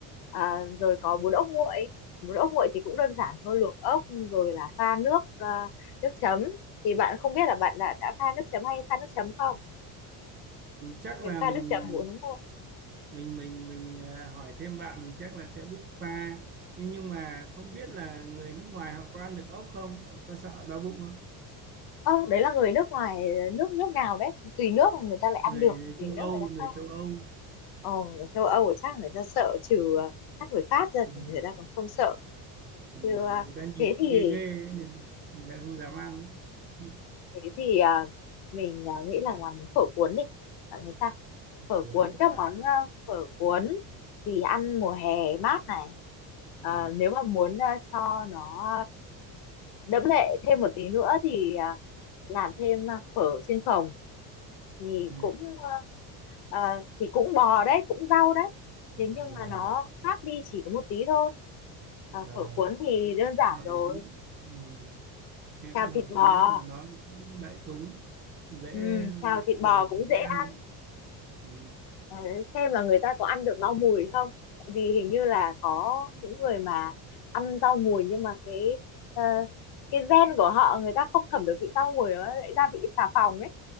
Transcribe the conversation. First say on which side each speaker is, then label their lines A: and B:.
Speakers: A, on the left; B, on the right.
A: à, rồi có bún ốc nguội bún ốc nguội thì cũng đơn
B: ừ.
A: giản thôi luộc ốc rồi là pha nước à, nước chấm thì bạn không biết là bạn đã đã pha nước chấm hay pha nước chấm không
B: Ừ, chắc
A: Bạn
B: là
A: pha
B: mình
A: nước chấm bún ốc nguội
B: mình mình mình mình à, hỏi thêm bạn thì chắc là sẽ biết pha nhưng nhưng mà không biết là người nước ngoài họ có ăn được ốc không Họ có sợ đau bụng không
A: ơ đấy là người nước ngoài nước nước nào đấy tùy nước mà người ta lại ăn
B: người
A: được tùy
B: châu Âu
A: nước người ta
B: người
A: không
B: châu Âu
A: Ờ, Ở châu Âu thì chắc người ta sợ trừ ờ, chắc người Pháp ra
B: ừ.
A: thì người ta còn không sợ
B: Ừ.
A: chứ ờ,
B: người ta nhìn
A: thế thì
B: ghê ghê ấy, người, người ta không dám ăn ấy.
A: thế thì ờ, mình ờ, nghĩ là làm phở cuốn đi bạn thấy sao phở
B: cuốn
A: cuốn các
B: à
A: món ờ, phở cuốn thì ăn mùa hè mát này
B: ừ.
A: Ờ, nếu mà muốn ờ, cho nó đẫm lệ thêm một tí nữa thì ờ, làm thêm ờ, phở trên phồng thì
B: Ừ.
A: cũng ờ, ờ, thì cũng bò đấy cũng rau đấy
B: Ừ.
A: thế nhưng
B: rồi
A: mà nó khác đi chỉ có một tí thôi
B: rồi
A: à, phở cuốn thì đơn
B: cũng
A: giản
B: hợp
A: rồi
B: lý ừ. nghe
A: xào
B: cũng hợp
A: thịt
B: lý
A: bò
B: đấy mà nó cũng đại chúng dễ
A: ừ, xào thịt
B: người
A: bò cũng
B: dễ
A: dễ ăn
B: ăn ừ.
A: Ờ, xem là người ta có ăn được rau mùi không tại vì hình như là có những người mà ăn rau mùi nhưng mà cái ờ, cái gen của họ người ta không thẩm được vị rau mùi nó lại ra vị xà phòng ấy